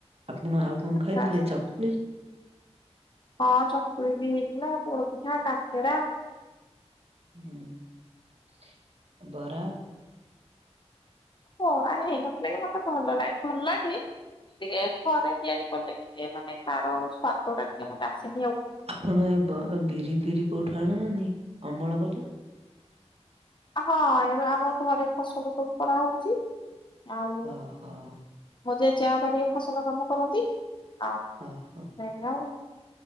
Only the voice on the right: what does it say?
ଆପଣ ଆଉ କଣ
ଖାଇଥିଲେ
ଚକୁଳି?
ହୁଁ ବରା।
ଆପଣ ଏ ବ ବିରି ଫିରି କୋଉଠୁ <unintelligible> ଅମଳ କରୁଚ
ଓହୋ।
ଓହୋ